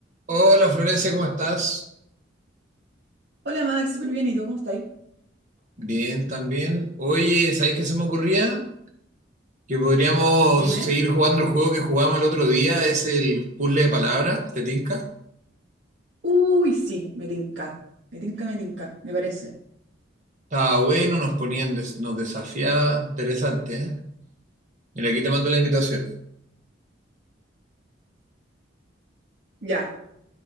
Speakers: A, on the right (about 40°); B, on the right (about 65°).
A: Hola Florencia, ¿cómo estás?
B: Hola Max, súper bien. ¿Y tú cómo estás?
A: Bien, también. Oye, ¿sabéis qué se me ocurría? Que podríamos
B: Dime.
A: seguir jugando el juego que jugamos el otro día, es el puzzle de palabras, ¿te tinca?
B: Uy, sí, me tinca. Me tinca, me tinca, me parece.
A: Estaba bueno, nos ponían, des- nos desafiaba, interesante, ¿eh? Mira, aquí te mando la invitación.
B: Ya,